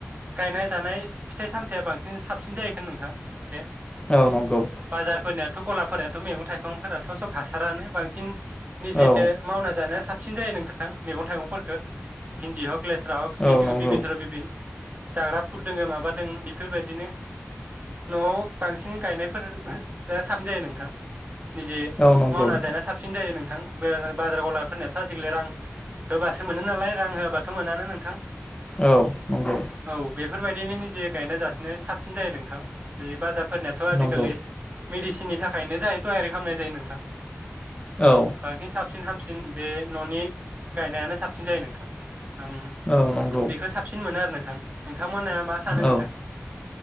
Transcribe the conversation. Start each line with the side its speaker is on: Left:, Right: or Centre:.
Right: गायनाय जानाय फिथाइ सामथाइया बांसिन साबसिन जायो नोंथां। एसे
Left: औ नंगौ
Right: बाजारफोरनियाथ' गलाफोर मैगंफोराथ' सब हासारानो बांसिन निजे
Left: औ
Right: मावना जानाया साब साबसिन जायो नोंथां मैगं थाइगंफोरखो भिन्दि हक लेस्रा हक
Left: औ नंगौ
Right: <unintelligible> जाग्रा फुद दोङो माबा दों बिफोरबायदिनो न'आव बांसिन गायनायफोर साबसिन जायो नोंथां। निजे
Left: औ नंगौ
Right: मावना
Left: नोंथां
Right: जानाय साबसिन जायो नों नोंथां बाजार गावलाफोरनियाथ' आजिखालि रां होबासो मोनो नालाय रां होआबाथ' मोनानो नोंथां।
Left: औ नंगौ
Right: औ बेफोरबायदिनो निजे गायनाय जासिनाय साबसिन जायो नोंथां बे बाजार फोरनियाथ' आजिखालि
Left: नंगौ
Right: मिदि सिनि थाखायनो जायो। थयारि खालामनाय जायो नोंथां।
Left: औ
Right: बांसिन साबसिन हामसिन बे न'नि गायनायानो साबसिन जायो नोंथां आं
Left: औ नंगौ
Right: बेखौ साबसिन मोनो आरो नों थां नोंथांमोना मा सानो नोंथां
Left: औ